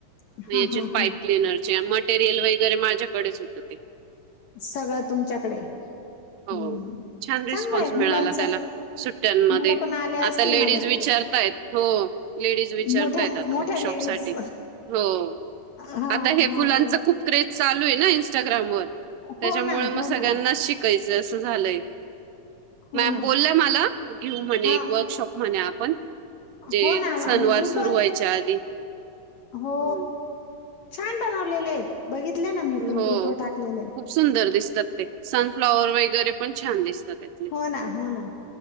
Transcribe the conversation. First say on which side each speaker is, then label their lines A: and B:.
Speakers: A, on the left; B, on the right.
A: हा
B: याचे
A: हा हा
B: पाईप
A: हा
B: क्लीनरचे म, रियल वगैरे माझ्याकडेच होतं ते,
A: सगळं तुमच्याकडे,
B: <inaudible>
A: हम्म,
B: छान रिस्पॉन्स
A: चांगलं आहे
B: मिळाला
A: मुलांच
B: त्याला, सुट्ट्यांमध्ये
A: मुलं पण आले
B: आता
A: असतील
B: लेडीज
A: ना भरपूर
B: विचारताय. हो, लेडीज विचारताय
A: मोठ्या
B: आता,
A: मोठ्या
B: वर्कशॉप
A: लेडीज
B: साठी हो
A: हा
B: आता हे
A: म
B: फुलांच
A: बरोबर
B: खूप, केरज चालू आहे ना, इंस्टाग्राम वर त्याच्यामुळे
A: हो ना
B: मग
A: हो
B: सगळ्यांना
A: ना
B: शिक, च अस झालंय,
A: हो
B: मॅम
A: ना
B: बोललं मला घेऊ म्हणे
A: हा
B: एक वर्कशॉप, म्हणे आपण, जे
A: हो ना
B: सणवार
A: मग ग्रुपवर
B: सुरू व्हायच्या आधी.
A: हो,
B: हं,
A: छान बनवलेले आहेत बघितले ना, मी पण
B: हो.
A: ग्रुपवर टाकलेले आहे.
B: खूप सुंदर दिसतात ते सनफ्लाॉवर वैगैरे पण छान दिसतात त्यातले.
A: हो ना, हो ना